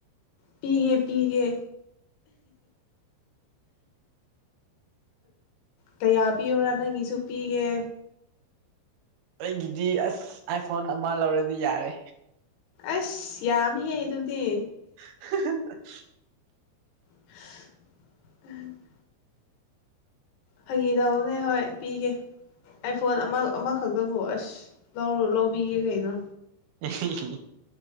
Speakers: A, on the left (about 90°); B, on the right (about 75°).
A: ꯄꯤꯒꯦ ꯄꯤꯒꯦ ꯀꯌꯥ ꯄꯤꯌꯨꯔꯥ ꯅꯪꯒꯤꯁꯨ ꯄꯤꯒꯦ
B: ꯑꯩꯒꯤꯗꯤ ꯑꯁ ꯑꯥꯏꯐꯣꯟ ꯑꯃ ꯂꯧꯔꯗꯤ ꯌꯥꯔꯦ
A: ꯑꯁ ꯌꯥꯝꯃꯤꯍꯦ ꯑꯗꯨꯨꯗꯤ
B: <unintelligible>
A: <unintelligible> ꯐꯒꯤ ꯇꯧꯕꯅꯦ ꯍꯣꯏ ꯄꯤꯒꯦ ꯑꯥꯏꯐꯣꯟ ꯑꯃ ꯑꯃꯈꯛꯇꯕꯨ ꯑꯁ ꯂꯧꯔ ꯂꯧꯕꯤꯒꯦ ꯀꯩꯅꯣ
B: ꯑꯍꯤꯍꯤ